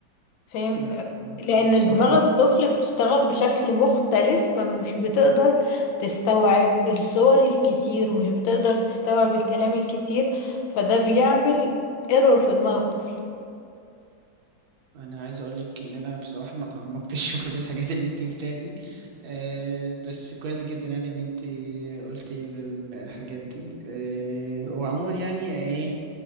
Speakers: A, on the left; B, on the right.
A: فاهم
B: لا
A: آه،
B: آه،
A: لان
B: بصراحة
A: دماغ الطفل بتشتغل بشكل مختلف فمش بتقدر تستوعب الصور الكتير ومش بتقدر تستوعب الكلام الكتير فده بيعمل ايرور في دماغ الطفل
B: انا عايز اقول لك ان انا بصراحه ما تعمقتش <laughs> في كل الحاجات اللي انت قلتها دي أه بس كويس جدا يعني ان انت قلتي لل- الحاجات دي أه وعموما يعني ايه